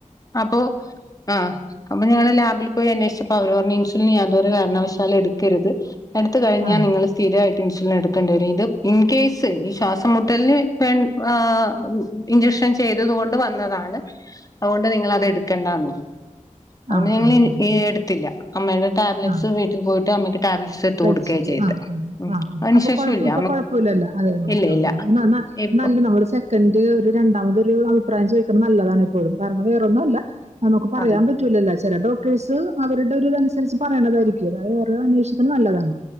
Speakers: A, on the left; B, on the right.
A: അപ്പോ ആ അപ്പ ഞങ്ങ ഹോസ്പിറ്റല് പോയി അന്വേഷിച്ചപ്പോ അവർ പറഞ്ഞു ഇൻസുലിൻ യാ ഒരു കാരണവശാലും എടുക്കരുത് എടുത്ത കഴിഞ്ഞ
B: ആ
A: നിങ്ങള് ഇൻസുലൻ എടുക്കേണ്ടി വരും ഇത് ഇൻ കേസ് ഈ ശ്വാസം മുട്ടലന് വേ ആ ഇഞ്ജെക്ഷൻ ചെയ്തത് കൊണ്ട് വന്നതാണ്. അതുകൊണ്ട് നിങ്ങള് അത് എടുക്കേണ്ടാന്ന് പറഞ്ഞു. <unintelligible>
B: ആ ആ
A: ഞങ്ങള്
B: ആ
A: ഏ എടുത്തില്ല അമ്മയുടെ ടാബ്‌ലറ്റ്സ്
B: ആ
A: വീട്ടിൽ പോയിട്ട് അമ്മക്ക് ടാബ്‌ലറ്റ്സ്
B: കഴിച്ചിട്ട്
A: <unintelligible> ചെയ്ത്
B: ആ ആ
A: ഉം
B: ആ
A: അതിന്
B: അപ്പൊ
A: ശേഷം
B: കുഴപ്പ
A: ഇല്ല
B: ഇപ്പൊ കൊഴപ്പല്ലല്ലോ അതെ ആ എന്ന
A: ഇല്ല ഇല്ല
B: എന്ന എന്ന
A: ഇപ്പൊ
B: നല്ല നമ്മ ഒരു സെക്കൻഡ് ഒരു രണ്ടാമതൊരു അഭിപ്രായം ചോദി <unintelligible> നല്ലതാണ് എപ്പോഴും കാരണം വേറൊന്നും അല്ല ആ നമുക്ക് പറയാൻ
A: അതെ
B: പറ്റൂലല്ലോ ചെല ഡോ റിസു അവരുടെ ഒരു ഇതനുസരിച്ച് പറയണതായിരിക്കും അ വേ അന്വേഷിക് അ നല്ലതാണ്